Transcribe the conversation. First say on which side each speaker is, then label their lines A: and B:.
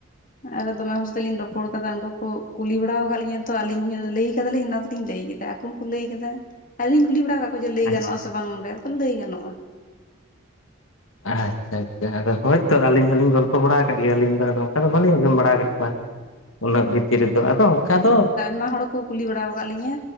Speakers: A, on the left; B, on the left.
A: ᱦᱮᱸ ᱟᱫᱚ ᱫᱚᱢᱮ ᱦᱚᱲ ᱥᱟᱛᱮᱜ ᱞᱤᱧ ᱨᱚᱯᱚᱲ ᱟᱠᱟᱫᱟ ᱩᱱᱠᱩ ᱠᱚ ᱠᱩᱞᱤ ᱵᱟᱲᱟᱣ ᱟᱠᱟᱫᱞᱤᱧᱟ ᱛᱚ ᱟᱞᱤᱧ ᱞᱟᱹᱭ ᱠᱟᱫᱟᱞᱤᱧ ᱚᱱᱟ ᱫᱚᱞᱤᱧ ᱞᱟᱹᱭ ᱠᱮᱫᱟ᱾ ᱟᱠᱩ ᱦᱚᱸᱠᱚ ᱞᱟᱹᱭ ᱠᱟᱫᱟ ᱟᱞᱤᱧ ᱠᱩᱞᱤ ᱵᱟᱲᱟᱣ ᱟᱠᱟᱫ ᱠᱚᱣᱟ ᱡᱮ ᱞᱟᱹᱭ
B: ᱟᱪᱪᱷᱟ
A: ᱜᱟᱱᱚᱜᱼ ᱟ ᱥᱮ ᱵᱟᱝ ᱱᱚᱸᱰᱮ ᱞᱟᱹᱭ ᱜᱟᱱᱚᱜᱼᱟ᱾
B: ᱟᱪᱪᱷᱟ ᱟᱪᱪᱷᱟ ᱟᱫᱚ ᱦᱳᱭᱛᱚ ᱟᱹᱞᱤᱧ ᱦᱚᱸᱞᱤᱧ ᱜᱚᱞᱯᱷᱚ ᱵᱟᱲᱟ ᱟᱠᱟᱫ ᱜᱮᱭᱟ ᱟᱹᱞᱤᱧ ᱫᱚ ᱟᱫᱚ ᱚᱱᱠᱟ ᱫᱚ ᱵᱟᱹᱞᱤᱧ ᱟᱸᱡᱚᱢ ᱵᱟᱲᱟ ᱟᱠᱟᱫ ᱠᱚᱣᱟ᱾ ᱩᱱᱟᱹᱜ ᱵᱷᱤᱛᱤᱨ ᱨᱮᱫᱚ ᱟᱫᱚ ᱚᱱᱠᱟ ᱫᱚ
A: ᱢᱟ ᱦᱚᱲ ᱠᱚ ᱠᱩᱞᱤ ᱵᱟᱲᱟᱣ ᱟᱠᱟᱫ ᱞᱤᱧᱟ᱾